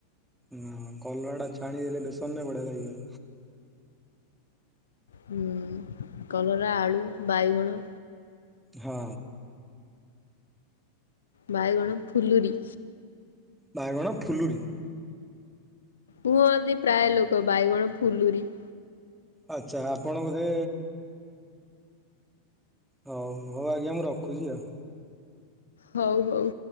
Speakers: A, in the centre; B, on the left.
A: ନା କଲରା ଟା ଛାଣି ଦେଲେ ବେସନ ରେ ବଢିଆ ଲାଗିବ।
B: ହଁ କଲରା ଆଳୁ ବାଇଗଣ।
A: ହଁ।
B: ବାଇଗଣ ଫୁଲୁରି।
A: ବାଇଗଣ ଫୁଲୁରି।
B: କୁହନ୍ତି ପ୍ରାୟ ଲୋକ ବାଇଗଣ ଫୁଲୁରି।
A: ଆଚ୍ଛା ଆପଣ ବୋଧେ ହଉ ହଉ ଆଜ୍ଞା ମୁଁ ରଖୁଚି ଆଉ।
B: ହଉ ହଉ।